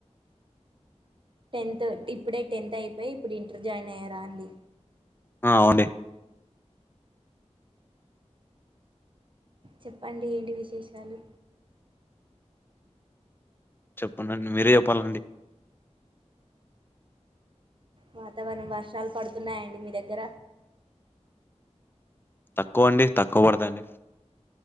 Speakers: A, on the right; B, on the left.
A: టెన్త్ ఇప్పుడే టెన్త్ అయిపోయి ఇప్పుడు ఇంటర్ జాయిన్ అయ్యారా అండి
B: ఆ అవుండి
A: చెప్పండి ఏంటి విశేషాలు
B: చెప్పండి మీరే చెప్పాలండి
A: వాతావరణం వర్షాలు పడుతున్నాయండి మీ దగ్గర
B: తక్కువ అండి తక్కువ పడతాయండి